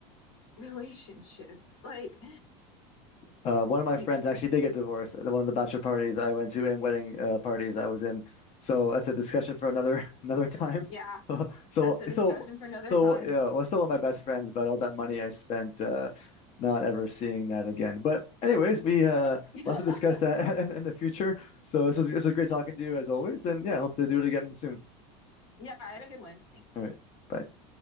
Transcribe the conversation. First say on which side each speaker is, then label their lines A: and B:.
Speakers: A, on the left; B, on the left.
A: <laughs> relationship. Like,
B: Uh, one of my
A: you
B: friends
A: get it.
B: actually did get divorced at one of the bachelor parties I went to and wedding uh, parties I was in. So that's a discussion for another <laughs> another time.
A: Yeah,
B: <laughs> So so
A: that's a discussion
B: so
A: for another
B: so
A: time.
B: yeah, well, still one of my best friends, but all that money I spent uh, not ever seeing that again. But anyways, we uh
A: <laughs>
B: lots to discuss that <laughs> in, in the future. So this was this was great talking to you as always, and yeah, hope to do it again soon.
A: Yeah, I had a good one. Thanks.
B: All right, bye.